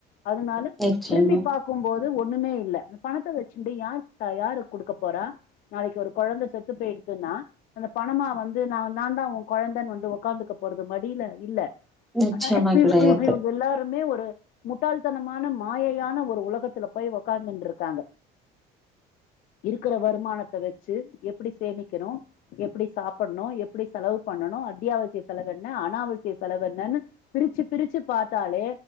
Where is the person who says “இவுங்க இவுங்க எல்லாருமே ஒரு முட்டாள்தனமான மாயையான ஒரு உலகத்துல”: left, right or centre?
Left